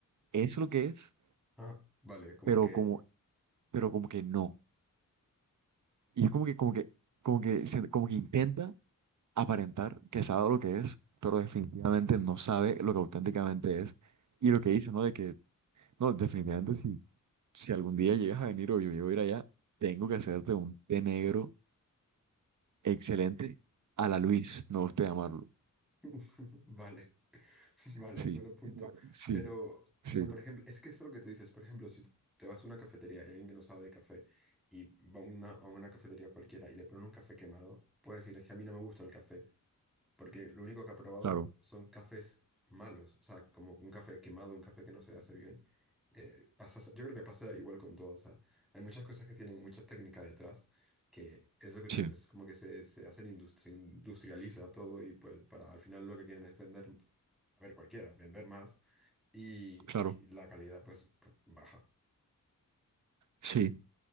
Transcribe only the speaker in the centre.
Ah, vale, como
que,
<laughs> vale. <laughs> Vale,
buen punto.
Pero,
o sea, por ejemplo, es que eso es lo que tú dices. Por ejemplo, si te vas a una cafetería y hay alguien que no sabe de café y va a una, a una cafetería cualquiera y le ponen un café quemado, puede decir, es que a mí no me gusta el café. Porque lo único que ha probado
son cafés malos, o sea, como un café quemado, un café que no se hace bien. Eh, pasa- yo creo que pasa igual con todo, o sea, hay muchas cosas que tienen mucha técnica detrás, que es lo que tú
dices, como que se, se hacen indus- se industrializa todo y pues para al final lo que quieren es vender, a ver, cualquiera, vender más y,
y la calidad pues p- baja.